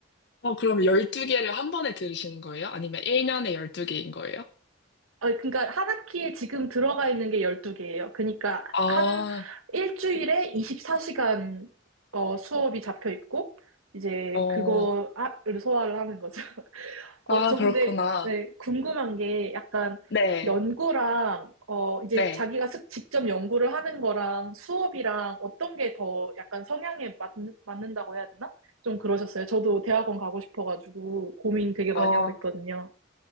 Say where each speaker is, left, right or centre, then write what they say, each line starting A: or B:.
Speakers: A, on the left; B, on the right.
A: 어, 그럼 12개를 한 번에 들으시는 거예요? 아니면 1년에 12개인 거예요?
B: 아, 그러니까 한 학기에 지금 들어가 있는 게 12개예요. 그러니까
A: 아,
B: 한 일주일에 24시간 어, 수업이 잡혀 있고 이제
A: 어,
B: 그거를 소화를 하는 거죠. <laughs> 어,
A: 아,
B: 저
A: 그렇구나.
B: 근데 네, 궁금한 게 약간
A: 네,
B: 연구랑 어, 이제
A: 네.
B: 자기가 스- 직접 연구를 하는 거랑 수업이랑 어떤 게 더 약간 성향에 맞, 맞는다고 해야 되나? 좀 그러셨어요. 저도 대학원 가고 싶어가지고 고민 되게 많이
A: 어,
B: 하고 있거든요.